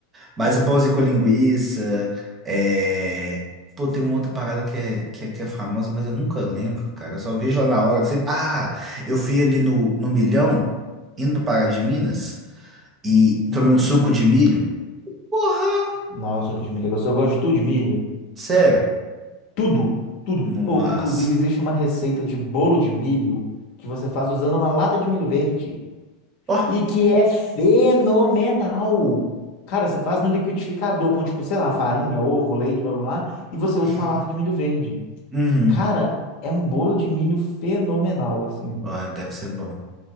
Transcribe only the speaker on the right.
Mas o pãozinho com linguiça, é... Pô, tem uma outra parada que é, que é, que é famosa, mas eu nunca lembro, cara. Eu só vejo lá na hora. sempre- Ah, eu fui ali no, no Milhão, indo pra Pará de Minas, e
tomei um suco de milho. Porra!
Sério?
Nossa.
Ó.
<laughs>
Uhum.
Ó, deve ser bom.